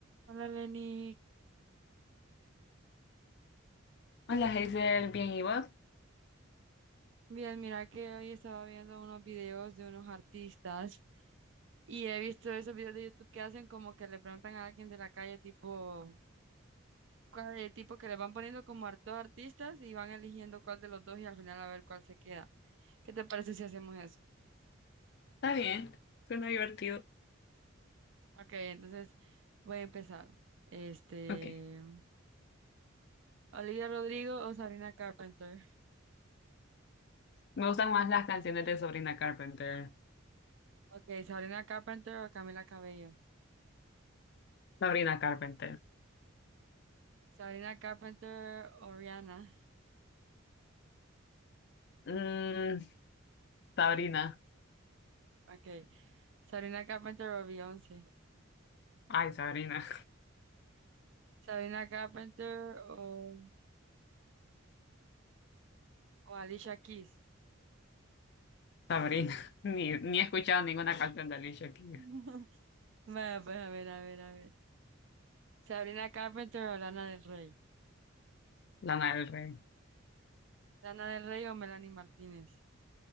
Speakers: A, on the right (about 60°); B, on the left (about 55°).
A: Hola Lenny,
B: Hola Hazel, bien, ¿y vos?
A: bien, mira que hoy estaba viendo unos videos de unos artistas y he visto esos videos de YouTube que hacen como que le preguntan a alguien de la calle tipo, cuál de tipo que le van poniendo como ar- dos artistas y van eligiendo cuál de los dos y al final a ver cuál se queda. ¿Qué te parece si hacemos eso?
B: Está bien, suena divertido.
A: Ok, entonces voy a empezar. Este,
B: Ok,
A: Olivia Rodrigo o Sabrina Carpenter.
B: me gustan más las canciones de Sabrina Carpenter.
A: Ok, Sabrina Carpenter o Camila Cabello.
B: Sabrina Carpenter.
A: Sabrina Carpenter o Rihanna.
B: Mm, Sabrina.
A: Ok. Sabrina Carpenter o Beyoncé.
B: Ay, Sabrina.
A: Sabrina Carpenter o, o Alicia Keys.
B: <laughs> Sabrina. Ni, ni he escuchado ninguna canción de Alicia Keys.
A: <laughs> Bueno, pues a ver, a ver, a ver. Sabrina Carpenter o Lana del Rey.
B: Lana del Rey.
A: Lana del Rey o Melanie Martínez.